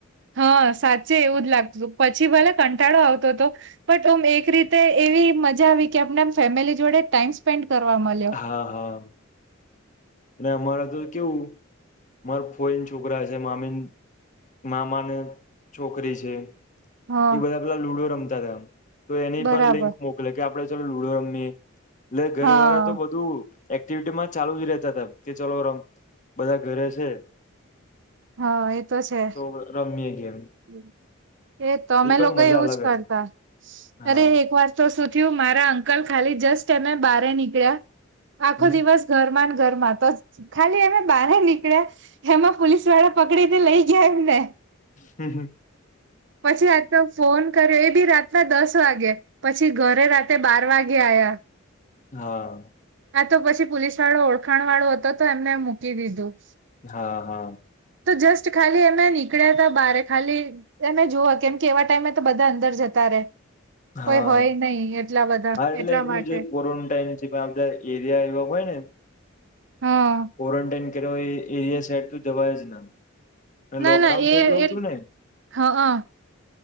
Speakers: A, on the right; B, on the left.
A: હા સાચે એવું જ લાગતું પછી ભલે કંટાળો આવતો હતો પણટ ઓમ એક એક રીતે એવી મજા આવી કે આપણે આમ ફેમિલી જોડે ટાઈમ સ્પેન્ડ કરવા મળ્યો.
B: હા હા અને અમારા કેવું માર ફોઈને છોકરા છે મામીની મામા ને છોકરી છે
A: હા
B: એ બધા પેલા લુડો રમતા તા તો એની
A: બરાબર.
B: પણ લિંક મોકલે કે આપડે ચલ લુડો રમી એટલે ઘરવાળા
A: હા
B: એક્ટિવિટીમાં ચાલુ જ રેતા તા કે ચલો રમ બધા ઘરે છે.
A: હા એતો છે.
B: તો રમીએ ગેમ
A: હમ એ તો અમે
B: પણ
A: લોકો
B: મજા
A: એવું
B: અલગ
A: જ કરતા
B: હતી હા
A: અરે એક વાત તો સુું થયું મારા અંકલ ખાલી જસ્ટ <unintelligible> બાર નીકળ્યા આખો
B: હમ
A: દિવસ ઘર ઘરમાં તો ખાલી એમે બહાર નીકળ્યા એમાં પોલીસ વાળા પકડીને લઈ ગયા એમ ને
B: હમ હ
A: પછી આ તો ફોન કર્યો એ બી રાતના દસ વાગે પછી ઘરે રાતે બાર વાગે આ્યા
B: હા
A: હા તો પછી પોલીસ વાળો ઓળખાણ વાળો હતો તો એમને મૂકી દીધું
B: હા હા
A: તો જસ્ટ ખાલી એમે નીકળ્યા હતા બારે ખાલી એને જોવા કેમ કે એવા ટાઈમે તો બધા અંદર જતા રે
B: હા
A: કોઈ હોય નહી એટલા બધા
B: હા એટલે
A: એટલા
B: એલું
A: માટે
B: ક્વરન્ટાઈનધા એરિયા એ હોય <inaudible>
A: હા
B: ક્વોરન્ટાઈન કર એ એરિયા સાઈડ તો જવાય જ ના. અને
A: ના
B: લોકડાઉન
A: ના એ
B: થઈ ગયું હતું
A: એ
B: ને
A: હ હ